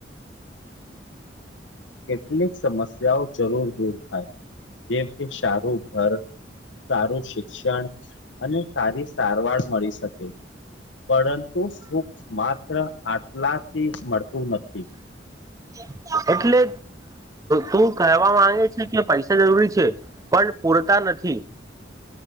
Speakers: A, on the left; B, on the right.
A: કેટલીક સમસ્યાઓ જરૂર દૂર થાય જેમ કે સારું ઘર સારું શિક્ષણ અને સારી સારવાર મળી શકે પરંતુ સુખ માત્ર આટલાથી મળતું નથી
B: <inaudible> એટલે તું કહેવા માંગે છે કે પૈસા જરૂરી છે પણ પૂરતા નથી